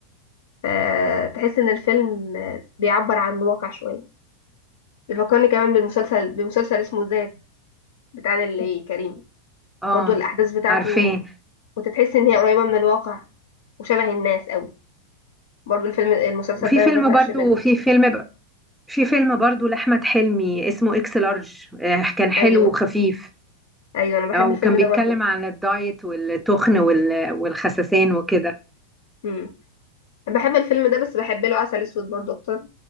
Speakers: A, on the left; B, in the centre.
A: فتحس ان الفيلم بيعبر عن الواقع شويه بيفكرني كمان بالمسلسل بمسلسل اسمه ذات بتاع اللي كريم
B: اه
A: برضو الاحداث بتاعته
B: عارفاه
A: وتتحس ان هي قريبه من الواقع وشبه الناس قوي برضو الفيلم المسلسل
B: وفي
A: ده
B: فيلم
A: ما بزهقش
B: برضو
A: منه
B: في فيلم ب... في فيلم برضو لأحمد حلمي اسمه اكس لارج آه، كان حلو
A: ايوه
B: وخفيف
A: ايوه انا بحب
B: آه، وكان
A: الفيلم
B: بيتكلم
A: ده برضو
B: عن الدايت والتخن وال... والخسسان وكده
A: امم بحب الفيلم ده بس بحب له عسل اسود برضو اكتر